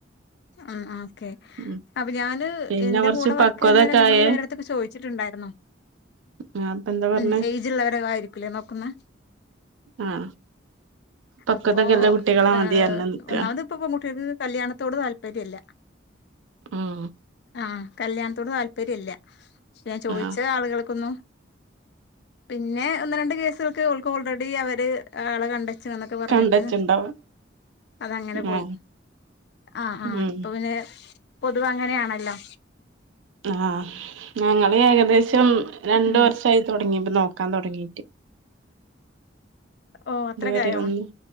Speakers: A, on the left (about 60°); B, on the right (about 85°).
A: ആ ആ ക്കേ
B: ഉം
A: അപ്പൊ ഞാന്
B: പിന്നെ
A: എന്റെ
B: കൊറച്ച്
A: കൂടെ
B: പക്വതൊക്കെ
A: വർക്ക് ചെയ്യുന്ന രണ്ട്
B: ആയേ
A: മൂന്ന് പേരെടുത്തൊക്കെ ചോദിച്ചിട്ടുണ്ടായിരുന്നു
B: ആ അപ്പൊ എന്താ പറഞ്ഞേ
A: ഉം ഏജ്ള്ളവര ആയിരിക്കലേ നോക്കുന്ന
B: ആ പക്വതൊക്കെല്ല
A: അപ്പോ
B: കുട്ടികളെ
A: ഏ
B: മതി പറഞ്ഞ് നിക്കാണ്
A: ഒന്നാമത് ഇപ്പൊ പെൺകുട്ടികക്ക് കല്യാണത്തോട് താല്പര്യല്ല
B: ഉം
A: ആ കല്യാണത്തോട് താല്പര്യം ഇല്ല ഞാൻ ചോദിച്ച
B: ആ
A: ആളുകൾക്കൊന്നും പിന്നെ ഒന്ന് രണ്ട് കേസുകൾക്ക് ഓൾക്ക് ഓൾറെഡി അവര് ആളെ കണ്ട ച്ഛ എന്നൊക്കെ പറഞ്ഞിട്ട്
B: കണ്ടച്ചുണ്ടാവും
A: അതങ്ങനെ പോയി
B: ആ
A: ആ ആ
B: ഉം
A: ഇപ്പൊ പിന്നെ പൊതുവേ അങ്ങനെയാണല്ലോ
B: ആ ഞങ്ങള് ഏകദേശം രണ്ട്
A: ഉം
B: വർഷമായിത്തോ തുടങ്ങിട്ട് നോക്കാൻ തുടങ്ങീട്ട്
A: ഓ അത്ര
B: ഇതുവരെ
A: കായോ
B: ഒന്നും